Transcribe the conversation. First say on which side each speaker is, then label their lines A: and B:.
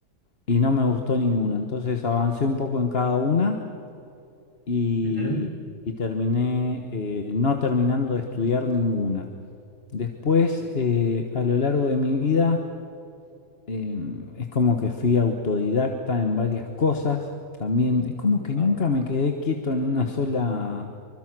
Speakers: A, on the left (about 45°); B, on the left (about 20°).
A: y no me gustó ninguna.
B: sí.
A: Entonces avancé un poco en cada una y,
B: Ujú.
A: y terminé eh, no terminando de estudiar ninguna. Después, eh, a lo largo de mi vida, eh, es como que fui autodidacta en varias cosas. También es como
B: Qué
A: que
B: bueno.
A: nunca me quedé quieto en una sola